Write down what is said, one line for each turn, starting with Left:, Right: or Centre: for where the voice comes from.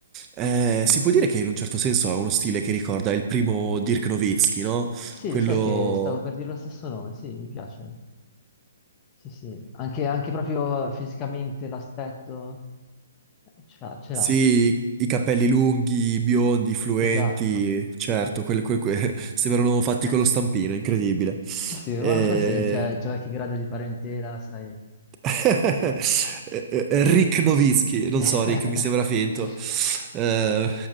Right: eh, si può dire che in un certo senso ha uno stile che ricorda il primo Dirk Nowitzki, no?
Left: Sì,
Right: Quello...
Left: sai che stavo per dire lo stesso nome, sì, mi piace. Sì, sì, anche, anche proprio fisicamente l'aspetto eh, ce l'ha, ce l'ha,
Right: Sì, i capelli lunghi, biondi, fluenti,
Left: esatto.
Right: certo, quel- quel- que- <laughs> sembrano fatti
Left: <laughs>
Right: con lo stampino, incredibile.
Left: Sì,
Right: Eh,
Left: sì, ma forse c'è c'è qualche grado di parentela, sai,
Right: <laughs>
Left: non so.
Right: Eh, eh, Rick Nowitzki, non
Left: <laughs>
Right: so, Rick, mi sembra finto. Eh,